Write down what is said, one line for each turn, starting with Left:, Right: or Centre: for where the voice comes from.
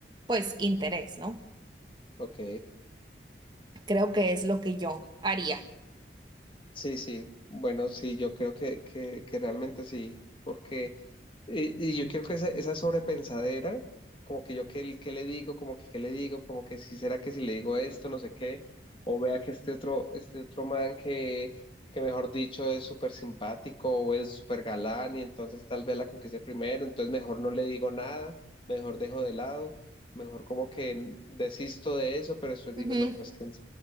Right: pues, interés, ¿no?
Left: Ok.
Right: Creo que es lo que yo haría.
Left: Sí, sí, bueno, sí, yo creo que, que, que realmente sí, porque, y, y yo quiero que esa, esa sobrepensadera, como que yo qué, qué le digo, como que qué le digo, como que si será que si le digo esto, no sé qué, o vea que este otro, este otro man que, que mejor dicho es súper simpático o es súper galán y entonces tal vez la conquiste primero, entonces mejor no le digo nada, mejor dejo de lado, mejor como que desisto de eso, pero después
Right: Ujú,
Left: digo, no, pero es que en